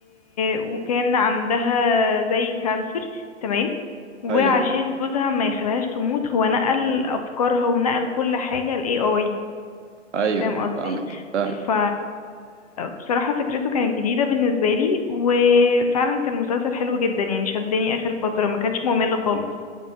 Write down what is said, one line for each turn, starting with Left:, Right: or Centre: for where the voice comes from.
Left: وكان عندها زي كانسر تمام وعشان
Right: ايوه
Left: جوزها ما يخليهاش تموت هو نقل افكارها ونقل كل حاجة ل AI
Right: ايوه
Left: فاهم قصدي
Right: فاهمك فاهمك
Left: ف بصراحة فكرته كانت جديدة بالنسبة لي وفعلا كان مسلسل حلو جدا يعني شدني اخر فترة ما كانش ممل خالص